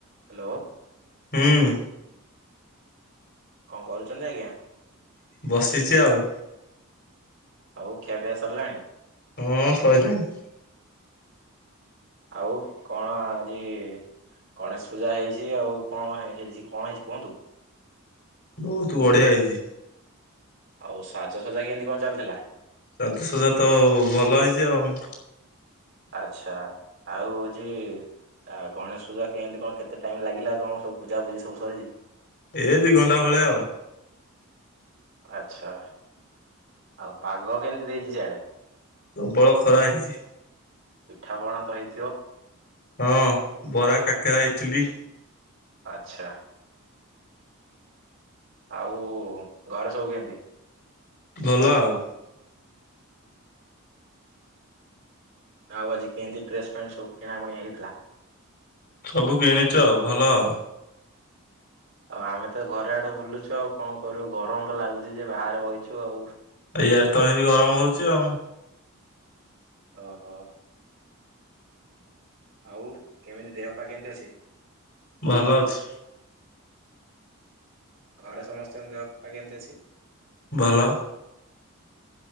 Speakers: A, on the right; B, on the left.
A: Hello.
B: ହୁଁ।
A: କଣ କରୁଛନ୍ତି ଆଜ୍ଞା।
B: ବସିଛି ଆଉ।
A: ଆଉ ଖିଆ ପିଇଆ ସରିଲାଣି?
B: ହଁ ସଇିଲାଣି।
A: ଆଉ କଣ ଆଜି ଗଣେଶ ପୂଜା ହେଇଛି ଆଉ କଣ ହେଇଛି କଣ ହେଇଛି କୁହନ୍ତୁ।
B: ବହୁତ ବଢିଆ ହେଇଛି।
A: ଆଉ ସାଜସଜା କେମିତି କଣ ଚାଲିଥିଲା।
B: ସାଜ ସଜା ତ ଭଲ ହେଇଛି ଆଉ
A: ଆଛା ଆଉ ହଉଛି ଆଉ ଗଣେଶ ପୂଜା କେମିତି କଣ କେତେ ଟାଇମ୍ ଲାଗିଲା ତମ ସବୁ ପୂଜା ପୂଜି ସବୁ ସରିଛି।
B: ଏ ଦି ଘଣ୍ଟା ଭଳିଆ ଆଉ
A: ଆଛା ଆଉ ପାଗ କେମିତି ଦେଇଛି ସିଆଡେ।
B: ପ୍ରବଳ ଖରା ହେଇଛି।
A: ପିଠାପଣା ତ ହେଇଥିବ।
B: ହଁ ବରା କାକେରା ଇଟିଲି।
A: ଆଚ୍ଛା। ଆଉ ଘରେ ସବୁ କେମିତି?
B: ଭଲ ଆଉ।
A: ଆଉ ଆଜି କେମିତି ଡ୍ରେସ୍ ଫ୍ୟାଣ୍ଟ ସବୁ କିଣାକୁଣି ହେଇଥିଲା।
B: ସବୁ କିଣିଛୁ ଆଉ ଭଲ ଆଉ।
A: ଆଉ ଆମେ ତ ଘରେ ଆଡେ ବୁଲୁଛୁ ଆଉ କଣ କରିବୁ ଗରମ ତ ଲାଗୁଛି ଯେ ବାହାରେ ବଇଛୁ ଆଉ
B: ଇଆଡ଼େ ତ ଏମିତି ଗରମ ହଉଛି ଆଉ
A: ଓହୋ। ଆଉ କେମିତି ଦେହ ପା କେମିତି ଅଛି।
B: ଭଲ ଅଛି।
A: ଘରେ ସମସ୍ତଙ୍କ ଦେହପା କେମିତି ଅଛି।
B: ଭଲ।